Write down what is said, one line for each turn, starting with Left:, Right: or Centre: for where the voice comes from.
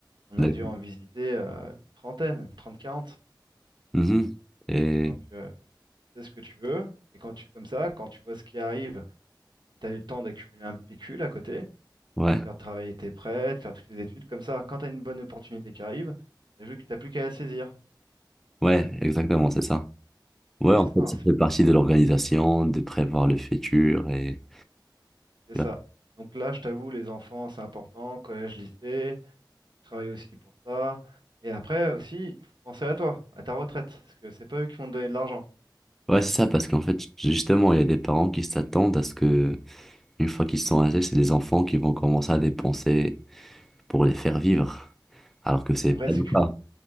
Right: On
Centre: D'accord.
Right: a dû en visiter euh, une trentaine, une 30, 40.
Centre: Mhm. Et
Right: Donc, euh, tu sais ce que tu veux. Et quand tu, comme ça, quand tu vois ce qui arrive, et tu as eu le temps d'accumuler un pécule à côté, ça
Centre: ouais,
Right: va te faire travailler tes prêts, de faire toutes les études. Comme ça, quand tu as une bonne opportunité qui arrive, t'as vu que t'as plus qu'à la saisir.
Centre: ouais, exactement, c'est ça. Ouais,
Right: Ah,
Centre: en
Right: c'est
Centre: fait,
Right: ça, hein,
Centre: ça
Right: c'est
Centre: fait partie de l'organisation, de prévoir le futur et...
Right: c'est
Centre: Ouais,
Right: ça. Donc là, je t'avoue, les enfants, c'est important. Collège, lycée, je travaille aussi pour ça. Et après aussi, il faut penser à toi, à ta retraite, parce que c'est pas eux qui vont te donner de l'argent.
Centre: Ouais, c'est ça, parce qu'en fait, justement, il y a des parents qui s'attendent à ce que, une fois qu'ils sont âgés, c'est les enfants qui vont commencer à dépenser pour les faire vivre, alors que c'est
Right: Après,
Centre: pas
Right: c'est
Centre: le
Right: cul-
Centre: cas.